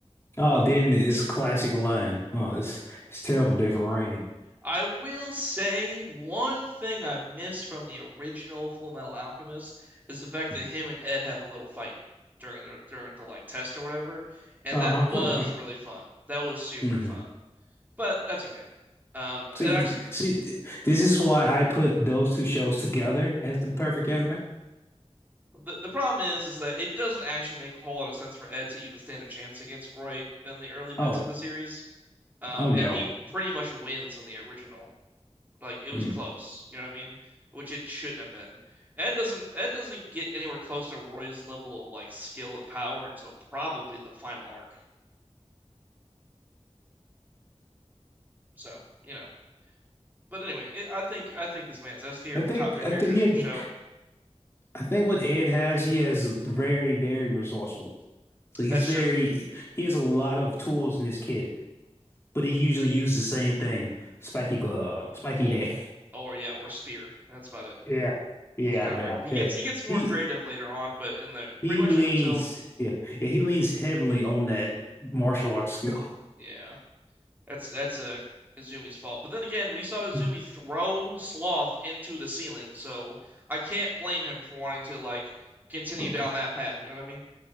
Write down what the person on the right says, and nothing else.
I will say one thing I miss from the original Full Metal Alchemist is the fact
that him and Ed have a little fight during the during the like test or whatever, and
that was really fun. That was super
fun. But that's okay. Um,
it actually
The, the problem is, is that it doesn't actually make a whole lot of sense for Ed to even stand a chance against Roy in the early bits
of the series. Um,
and he pretty much wins in the original. Like it was
close, you know what I mean? Which it shouldn't have been. Ed doesn't Ed doesn't get anywhere close to Roy's level of like skill and power until probably the final arc. So, you know. But anyway, it, I think I think this man's S tier
top three characters
in the show.
That's true.
Or
or yeah, or Spear. That's about it.
It's kind of
weird. He gets
he gets more
creative later on, but in the
pretty much
up until
yeah, that's that's a uh, Izumi's fault. But then again, we saw Izumi
throw Sloth into the ceiling, so I can't blame him for wanting to like continue
down that path. You know what I mean?